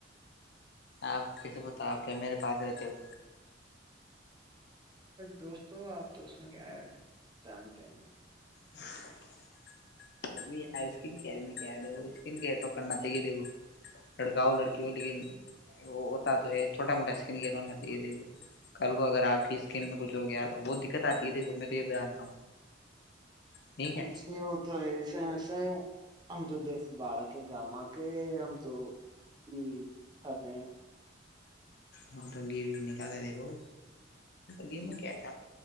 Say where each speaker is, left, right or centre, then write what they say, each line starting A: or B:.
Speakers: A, on the left (about 55°); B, on the right (about 25°).
A: آپ کیسے پتا آپ کیا میرے پاس رہتے ہو
B: دوستوں آپ تو اس میں کیا ہے جانتے ہیںگ
A: <unintelligible> ابھیار اسکن کیئر میں کیا ہے دیکھو اسکن کیئر تو کرنا چاہیے دیکھو لڑکاؤ لڑکیوں لیکن وہ ہوتا تو یہ چھوٹا موٹا اسکن کیئر ہونا چاہیے دیکھو کل کو اگر آپ کی اسکن میں کچھ ہو گیا بہت دقت آتی ہے دیکھو میں تو یہ بتانتا ہوں ٹھیک
B: کچھ
A: ہے
B: نہیں ہوتا ہے ہم تو دیسی بالک ہے گاما کے ہم تو بھی کھاتے ہیں
A: ہم تو گو ہی نہیں کھاتے دیکھو گھی میں کیا ہے